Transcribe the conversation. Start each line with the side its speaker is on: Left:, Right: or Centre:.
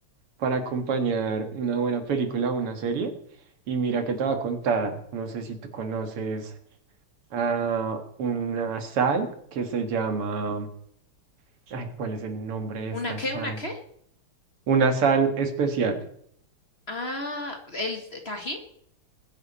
Right: para acompañar una buena película o una serie. Y mira que te va a contar, no sé si tú conoces a una sal que se llama, ay, ¿cuál es el nombre de
Left: ¿Una
Right: esta
Left: qué?
Right: sal?
Left: ¿Una qué?
Right: Una sal especial.
Left: Ah, el tajín.